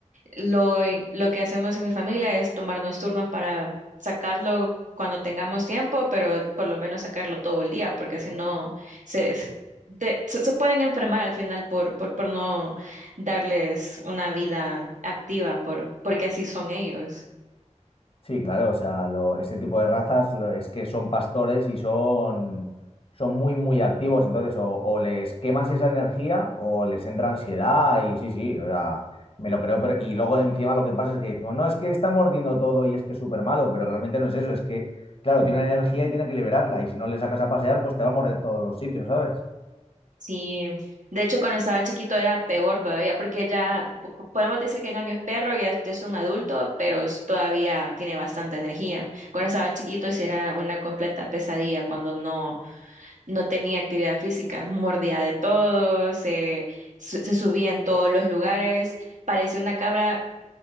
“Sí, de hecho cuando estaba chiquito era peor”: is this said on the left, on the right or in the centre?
Right